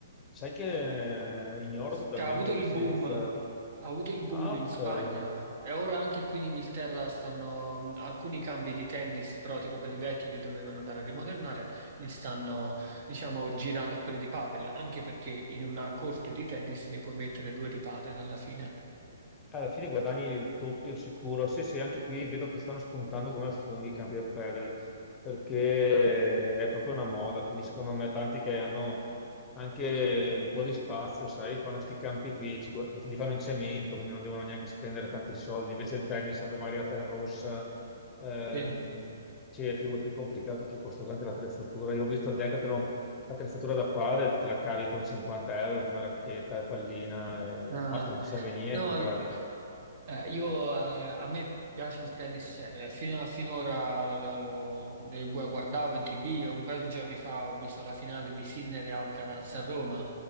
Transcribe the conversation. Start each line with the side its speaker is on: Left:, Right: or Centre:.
Left: Sai che eh, ignoro
Right: Cioè,
Left: totalmente
Right: ha avuto
Left: dove
Right: il
Left: sia
Right: boom,
Left: iniziato.
Right: ha avuto il boom
Left: Ah, ok.
Right: in Spagna e ora anche qui in Inghilterra stanno mh, alcuni campi di tennis, però tipo quelli vecchi che dovevano andare a rimodernare, li stanno, diciamo, girando a quelli di padel, anche perché in una corte di tennis ne puoi mettere due di padel alla fine.
Left: Alla fine guadagni il doppio sicuro. Sì, sì, anche qui vedo che stanno spuntando come funghi i campi da padel, perché è proprio una moda. Quindi secondo me tanti che hanno anche un po' di spazio, sai, fanno questi campi qui, ci guad- li fanno in cemento, quindi non devono neanche spendere tanti soldi. Invece il tennis serve magari la tela rossa, ehm,
Right: Sì.
Left: cioè, è più, è più complicato, più costoso anche l'attrezzatura. Io ho visto a Decathlon l'attrezzatura da padel, te la cavi con 50 euro, con una racchetta, la pallina e
Right: Ah,
Left: basta, non ti serve niente
Right: no,
Left: in pratica.
Right: Eh, io, eh, a me piace il tennis, cioè, eh, fino a- finora lo, lo- le gu- guardavo in TV e un paio di giorni fa ho visto la finale di Sinner e Alcaraz a Roma